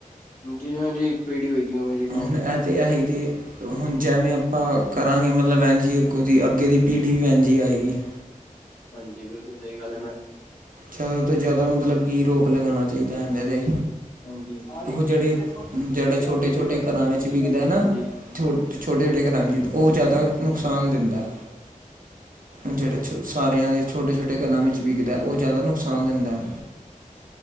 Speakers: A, on the left (about 85°); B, on the right (about 80°).
A: ਜੀ ਨਾ ਜੀ ਪੇੜੀ ਹੋਏਗੀ, ਉਹ ਮੇਰੀ
B: ਹੁਣ ਇਹ ਤੇ ਆਹੀ ਦੇ, ਬਹੁਤ ਜੇਵੇਂ ਆਪਾਂ ਕਰਾਂਗੇ ਮਤਲਬ ਐਂਨਜ ਹੀ ਅੱਗੋਂ ਦੀ ਅੱਗੇ ਦੀ ਪੀੜ੍ਹੀ ਵੀ ਐਂਨਜ ਹੀ ਆਏਗੀ।
A: ਹਾਂਜੀ, ਬਿਲਕੁਲ ਸਹੀ ਗੱਲ ਹੈ ਮੈਂ
B: ਜ਼ਿਆਦਾ ਤੋਂ ਜ਼ਿਆਦਾ ਮਤਲਬ ਕੀ ਰੋਕ ਲਗਾਉਣਾ ਚਾਹੀਦਾ ਇਹਨਦੇ 'ਤੇ।
A: ਹਾਂਜੀ। ਆ ਗਏ
B: ਉਹ
A: ਜੀ
B: ਜਿਹੜੇ
A: ਦੇਖੋ ਇੱਕ ਹੀ
B: ਜਿਹੜੇ
A: ਬਾਰ ਕੋਲ
B: ਛੋਟੇ
A: ਆ ਜਾਏਗੀ
B: ਛੋਟੇ
A: ਚੈਕ
B: ਘਰਾਂ
A: ਕਰ
B: ਵਿੱਚ ਵਿਕਦਾ
A: ਲੈਣਾ।
B: ਨਾ
A: ਹਾਂਜੀ।
B: ਛੋ ਛੋਟੇ- ਛੋਟੇ ਘਰਾਂ ਜੀ, ਉਹ ਜ਼ਿਆਦਾ ਨੁਕਸਾਨ ਦਿੰਦਾ ਹੈ। ਜਿਹੜੇ ਛੋ ਸਾਰਿਆਂ ਦੇ ਛੋਟੇ- ਛੋਟੇ ਘਰਾਂ ਵਿੱਚ ਵਿਕਦਾ ਹੈ। ਉਹ ਜ਼ਿਆਦਾ ਨੁਕਸਾਨ ਦਿੰਦਾ ਹੈ।